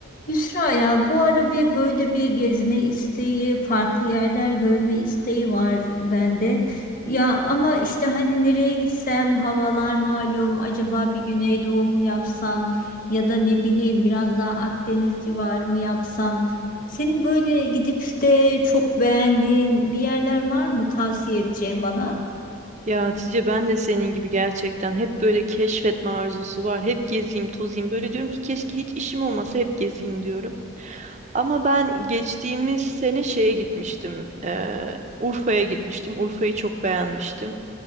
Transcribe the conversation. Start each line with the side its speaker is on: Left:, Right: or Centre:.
Left: Yusra ya bu ara bir böyle bir gezme isteği, farklı yerler görme isteği var bende. Ya ama işte hani nereye gitsem havalar malum acaba bir Güneydoğu mu yapsam ya da ne bileyim biraz daha Akdeniz civarı mı yapsam. Senin böyle gidip de çok beğendiğin bir yerler var mı tavsiye edeceğin bana?
Right: Ya Hatice ben de senin gibi gerçekten hep böyle keşfetme arzusu var. Hep gezeyim, tozayım. Böyle diyorum ki keşke hiç işim olmasa hep gezeyim diyorum. Ama ben geçtiğimiz sene şeye gitmiştim. eee, Urfa'ya gitmiştim. Urfa'yı çok beğenmiştim.